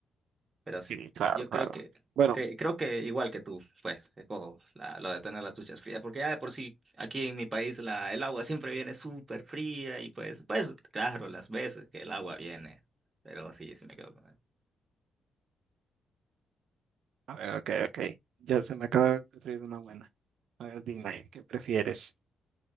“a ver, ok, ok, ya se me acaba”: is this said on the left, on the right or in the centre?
Right